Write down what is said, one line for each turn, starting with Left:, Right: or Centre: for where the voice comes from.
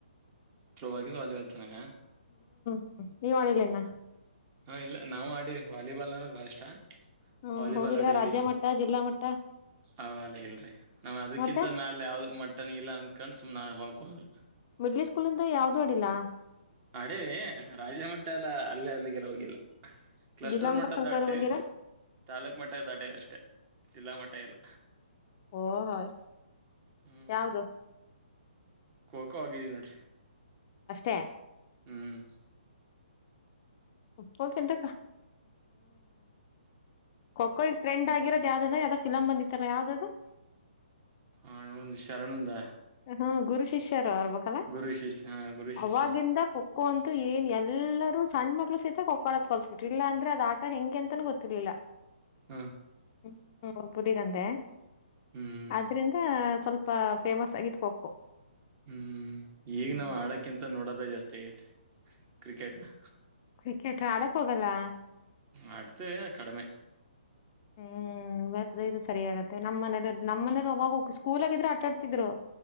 Right: ಥ್ರೋ ಬಾಲ್ ಕಿಂತ ವಾಲಿಬಾಲ್ ಚಂದನ
Left: ಹ್ ನೀವು ಆಡಿಲಿಲ್ವಾ
Right: ಇಲ್ಲ ನಾವು ಆಡಿ ವಾಲಿಬಾಲ್ ಅ ಭಾಳ ಇಷ್ಟ
Left: ಹ್ಮ್
Right: ವಾಲಿಬಾಲ್
Left: ಹೋಗಿದ್ರ
Right: ಅಡವಿ
Left: ರಾಜ್ಯ ಮಟ್ಟ ಜಿಲ್ಲಾ ಮಟ್ಟ
Right: ಅವಲ್ಲ ಇಲ್ರಿ ನಾವ್ ಅದಕ್ಕಿಂತ
Left: ಮತ್ತೆ
Right: ಮ್ಯಾಲ ಯಾವ್ದ ಮಟನ್ ಇಲ್ಲ ಅಂತ ಅನ್ಕೊಂಡ್ ಸುಮ್ನಾದೆ ಹೊಕ್ ಹೋಗಿಲ್ಲ
Left: ಮಿಡ್ಲಿ ಸ್ಕೂಲಿಂದ ಯಾವವುದು ಅಡಿಲ್ಲ
Right: ಅಡವೆ ರಾಜ ಮಟ್ಟ ಎಲ್ಲ ಅಲ್ಲ ಅಲ್ಲಿಗೆಲ್ಲ ಹೋಗಿಲ್ಲ ಕ್ಲಸ್ಟರ್
Left: ಜಿಲ್ಲಾ ಮಟ್ಟದ
Right: ಮಟ್ಟ
Left: ತನಕರು
Right: ದಾಟಿವ
Left: ಬಂದಿರಾ
Right: ತಾಲೂಕ್ ಮಟ್ಟ ದಾಟಿವವಿ ಅಷ್ಟೇ ಜಿಲ್ಲಾ ಮಟ್ಟ ಇಲ್ಲ
Left: ಓಹೋ
Right: ಹ್ಮ್
Left: ಯಾವ್ದು
Right: ಖೋಖೋ ಆಗಿದ್ದೀವಿ ನೋಡ್ರಿ
Left: ಅಷ್ಟೇ
Right: ಹ್ಮ್
Left: ಖೋ ಗಿಂತ ಖೋ ಖೋ ಟ್ರೆಂಡ್ ಆಗಿರೋದು ಯಾವ್ದ್ರ ಫಿಲಮ್ ಬಂದಿತ್ತಲ್ಲ ಯಾವ್ದದು
Right: ಹಾ ಹಂದು ಶರಣ್ಂದ
Left: ಹಾ ಗುರು ಶಿಷ್ಯ <unintelligible>
Right: ಗುರು ಶಿಷ್ಯ ಗುರು ಶಿಷ್ಯರ್
Left: ಅವಗೇದ ಖೋಖೋ ಅಂತ ಏ ಎಲ್ಲರೂ ಸಣ್ಣ್ಮ ಮಕ್ಳು ಸಹಿತ ಕೊಕ್ಕಾಡದ ಕಲ್ಸ್ಿ್ರ ಇಲ್ಲಾಂದ್ರೆ ಅದ್ ಆಟ ಹೆಂಗೆ ಅಂತನೂ ಗೊತ್ತಿಲಿಲ್ಲ
Right: ಹ್ಮ
Left: <unintelligible>
Right: ಹ್ಮ್
Left: ಆದ್ರಿಂದ ಸ್ವಲ್ಪ ಫೇಮಸ್ ಆಗಿ ಖೋಖೋ
Right: ಹ್ಮ್ ಈಗ್
Left: ಹ್ಮ್
Right: ನಾವ್ ಆಡಕ್ಕಿಂತ ನೋಡೋದೇ ಜಾಸ್ತಿ ಆಗೈತೆ ಕ್ರಿಕೆಟ್ ನಾ
Left: ಕ್ರಿಕೆಟ್ ಆಡಕ್ ಹೋಗಲ್ಲಾ
Right: ಆಡ್ತೀವಿ ಅ ಕಡಿಮೆ
Left: ಹ್ಮ್ <unintelligible> ಇದು ಸರಿ ಆಗತ್ತೆ ನಮ್ಮ ಮನೇದು ನಮ್ಮ ಮನೇರು ಅವಾಗ ಸ್ಕೂಲಾಗಿದ್ರೆ ಆಟಾಡ್ತಿದ್ರು